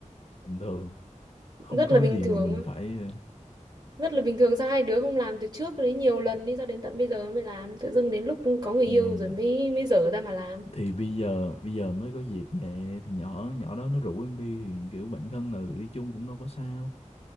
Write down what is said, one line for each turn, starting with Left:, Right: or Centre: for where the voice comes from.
Left: bình thường không
Right: rất
Left: có
Right: là
Left: cái
Right: bình
Left: gì
Right: thường
Left: mà mình phải ờ,
Right: rất là bình thường sao hai đứa không làm từ trước đấy nhiều lần đi sao đến tận bây giờ mới làm tự dưng đến lúc có người yêu
Left: thì
Right: rồi mới mới dở ra mà làm
Left: thì bây giờ bây giờ mới có dịp nè thì nhỏ nhỏ đó nó rủ em đi thì kiểu bạn thân ừ đi chung cũng đâu có sao